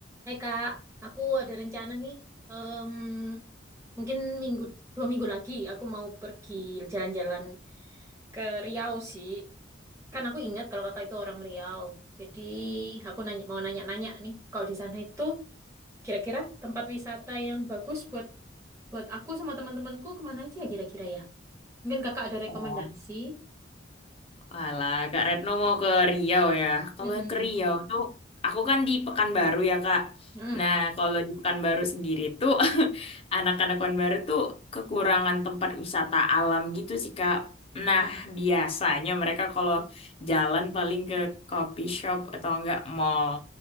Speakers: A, on the right; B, on the left.
A: Hai Kak, aku ada rencana nih. Em, mungkin minggu dua minggu lagi aku mau pergi jalan-jalan ke Riau sih. Kan aku ingat kalau kakak itu orang Riau. Jadi aku nanya, mau nanya-nanya nih, kalau di sana itu kira-kira tempat wisata yang bagus buat buat aku sama teman-temanku kemana aja kira-kira ya? Mungkin kakak ada rekomendasi?
B: Serpong. Walah, Kak Retno mau ke Riau ya. Kalau
A: Mm-mm.
B: ke Riau tuh, aku kan di Pekanbaru ya, Kak.
A: Mm-mm.
B: Nah, kalau di Pekanbaru sendiri tuh, <laughs> anak-anak Pekanbaru tuh kekurangan tempat wisata alam gitu sih, Kak. Nah, biasanya mereka kalau jalan paling ke coffee shop atau enggak mall.